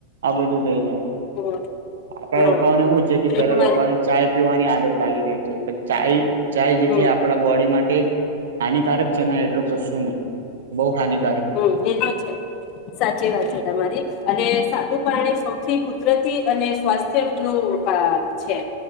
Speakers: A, on the right; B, on the left.
A: આ બધું થઈ જાય.
B: હમ
A: આપડા
B: હા
A: લોકોને શું છે કે પેલા
B: એ તમારે
A: લોકોને ચાય પીવાની આ લત લાગી રહી છે પણ ચાય ચાય જેટલી
B: હમ
A: આપણા બોડી મા ટે હાનિકારક છે એટલું કશું નહી, બહુ હાની
B: હમ્મ, એ તો છે સાચી વાત છે તમારી અને સાદું પાણી સૌથી કુદરતી અને સ્વાસ્થ્યનું અ છે.